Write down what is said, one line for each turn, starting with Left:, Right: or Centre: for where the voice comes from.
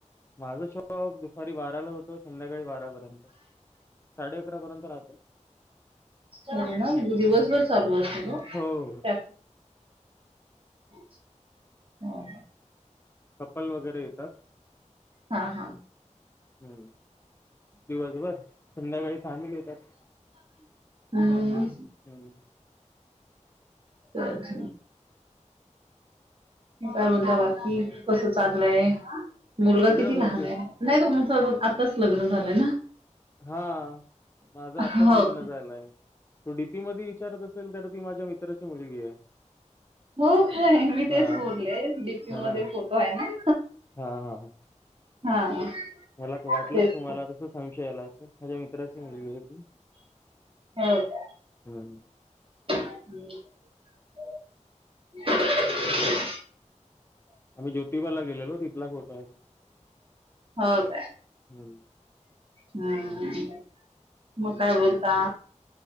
Left: माझा शोप दुपारी बाराला होतो संध्याकाळी बारापर्यंत साडे अकरा पर्यंत राहतो.
Right: होय ना म्हणजे दिवसभर चालू असेल
Left: हो हो
Right: त्या ह हो का.
Left: कपल वगैरे येतात.
Right: हा हा.
Left: हम्म दिवसभर संध्याकाळी फॅमिली येतात.
Right: हम
Left: हम्
Right: अछा काय बोलता बाकी कसं चाललंय मुलगा
Left: सगळं
Right: किती लहान
Left: मजेत
Right: आहे? नाही तुमचं आताच लग्न झालंय ना?
Left: हा माझं आताच
Right: हो
Left: लग्न झालंय. तो डी पी मध्ये विचारत असेल तर ती माझ्या मित्राची मुलगी आहे.
Right: हो काय मी तेच
Left: हा
Right: बोलले डीपी
Left: ह
Right: मध्ये
Left: ह
Right: फोटो आहे ना?
Left: हा हा.
Right: हा.
Left: मला वाटलंच
Right: तेच
Left: तुम्हाला तस संशया याला अस माझ्या मित्राची मुलगी आहे ती.
Right: ह का?
Left: हम्
Right: <inaudible>
Left: आम्ही ज्योतिबाला गेलेलो तिथला फोटो आहे हा.
Right: हो का?
Left: हम्म.
Right: हं. मग काय बोलता?